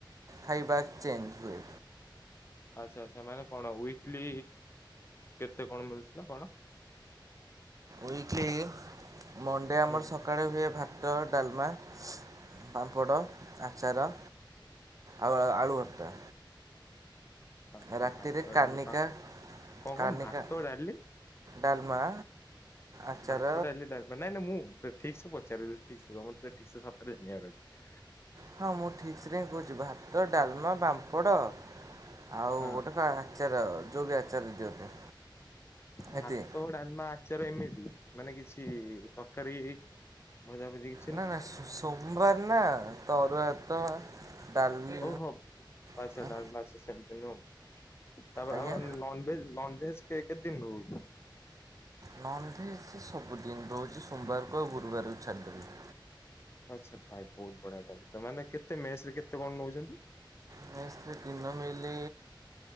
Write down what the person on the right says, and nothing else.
ଖାଇବା ଚେଞ୍ଜ ହୁଏ।
ୱିକଲି ମଣ୍ଡେ ଆମର
ସ ସକାଳେ ହୁଏ ଭାତ, ଡାଲମା, ପାମ୍ପଡ଼, ଆଚାର ଆଉ ଆଳୁ ଆଳୁ ଭର୍ତା।
ରାତି
ରେ କାନିକ,
କାନିକା
ଡାଲମା ଆଚାର
ହଁ ମୁଁ ଠିକ୍ ରେ କହୁଛି ଭାତ, ଡାଲମା, ପାମ୍ପଡ଼ ଆଉ
ଗୋଟେ ପା ଆଚାର ଯଉ ବି ଆଚାର ଦିଅନ୍ତି।
ଏତିକି
ନା ନା ସୋ ସୋମବାର ନା ତ ଅରୁଆ ଭାତ ଡାଲି
ଆଁ,
ଆଜ୍ଞା
ନନ୍ଭେଜ୍ ସେ ସବୁଦିନ ଦଉଚି ସୋମବାରକୁ ଆଉ ଗୁରୁବାରକୁ ଛାଡ଼ିଦେଲେ।
ମେସ୍ ରେ ଦିନ ମିଲି